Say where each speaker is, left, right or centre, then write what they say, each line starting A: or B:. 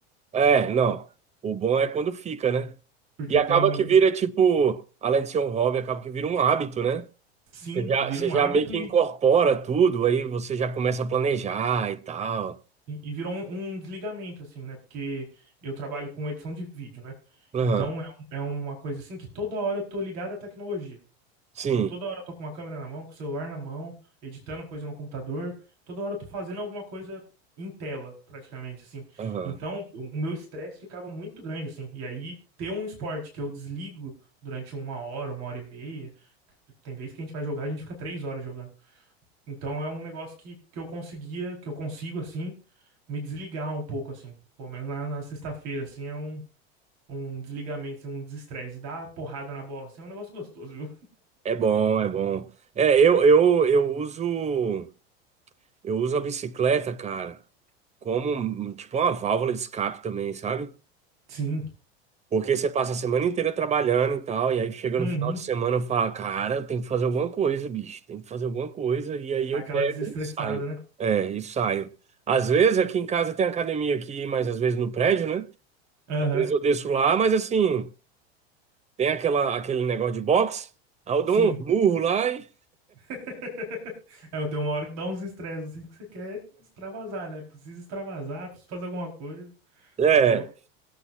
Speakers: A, on the right; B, on the right.
A: É, não. O bom é quando fica, né?
B: <laughs> porque
A: E acaba
B: tem um,
A: que vira tipo, além de ser um hobby, acaba que vira um hábito, né?
B: sim,
A: Você já,
B: vira
A: você
B: um
A: já
B: hábito
A: meio que incorpora tudo, aí você já começa a planejar e tal.
B: E e virou um, um desligamento, assim, né? Porque eu trabalho com edição de vídeo, né?
A: Aham.
B: Então é, um- é uma coisa assim que toda hora eu tô ligado à tecnologia.
A: Sim.
B: Então toda hora eu tô com uma câmera na mão, com o celular na mão, editando coisa no computador. Toda hora eu tô fazendo alguma coisa em tela, praticamente, assim.
A: Aham.
B: Então o meu estresse ficava muito grande, assim. E aí ter um esporte que eu desligo durante uma hora, uma hora e meia. Tem vez que a gente vai jogar, a gente fica três horas jogando. Então é um negócio que, que eu conseguia, que eu consigo, assim, me desligar um pouco, assim. Pelo menos na, na sexta-feira, assim, é um, um desligamento, assim, um desestresse. E dar porrada na bola, assim, é um negócio gostoso, viu?
A: É bom, é bom. É, eu, eu, eu uso. Eu uso a bicicleta, cara, como um- um, tipo uma válvula de escape também, sabe?
B: Sim.
A: Porque você passa a semana inteira trabalhando e tal, e aí chega
B: Uhum.
A: no final de semana e fala, cara, eu tenho que fazer alguma coisa, bicho, tem que fazer alguma coisa, e aí eu
B: Aquela
A: pego
B: desestressada,
A: e saio.
B: né?
A: É, e saio. Às vezes aqui em casa tem academia aqui, mas às vezes no prédio, né?
B: Aham.
A: Às vezes eu desço lá, mas assim, tem aquela, aquele negócio de boxe, aí eu dou
B: Sim.
A: um murro lá e.
B: <laughs> É, tem uma hora que dá uns estresses, assim, que você quer extravasar, né? Precisa extravasar, precisa fazer alguma coisa.
A: É,
B: É,